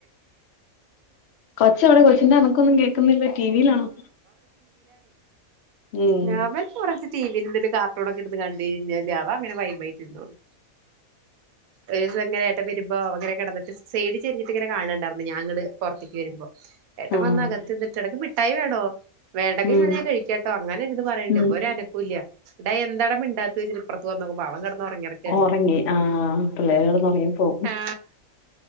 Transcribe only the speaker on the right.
ഞാ വ <unintelligible> ടിവിയിലും തിലും കാർട്ടൂണൊക്കെ ഇര്ന്ന് കൺ ണ്ടീഞ്ഞാല് അവ അങ്ങനെ വൈബായ്ട്ടിരിന്നോള്ളു. ഒരീസം ഇങ്ങനെ എട്ടൻ വരുമ്പോ അവൻങ്ങനെ കിടന്നിട്ട് സൈഡ് ചെരിഞ്ഞിട്ടിങ്ങനെ കാണുന്നുണ്ടായിരുന്നു ഞാങ്ങട് പുറത്തേക്ക് വരുമ്പോ ഏട്ടൻ
വന്ന് അകത്ത് നിന്ന്ട്ട് അനക്ക് മിഠായി വേ ണോ? വേണ്ടെങ്കി
ഞാനേ കയിക്കാട്ടോ. അങ്ങനെ ഇരുന്ന് പറയ്ണ്ട്.
ഇവരൊനക്കൂല്ല. ടാ എന്താടാ മിണ്ടാ ടുത്തുവച്ച് ഇപ്പറത്തു വന്നു നോക്കുമ്പോ അവൻ കിടന്ന് ഉറങ്ങി കിടക്കാണി
ആ..